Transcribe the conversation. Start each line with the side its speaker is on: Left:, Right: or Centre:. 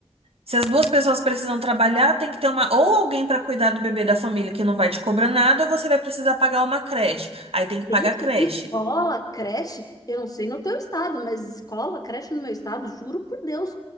Right: Se as duas pessoas precisam trabalhar, tem que ter uma ou alguém para cuidar do bebê da família que não vai te cobrar nada, ou você vai precisar pagar uma creche. Aí tem que pagar
Left: Gente,
Right: a creche.
Left: escola, creche, eu não sei no teu estado, mas escola, creche no meu estado, juro por Deus,